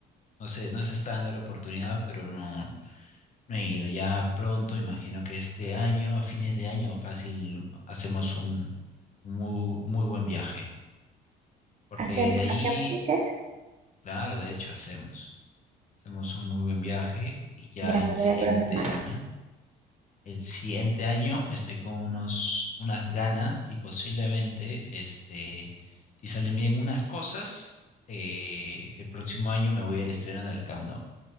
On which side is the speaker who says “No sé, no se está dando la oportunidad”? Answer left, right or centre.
Left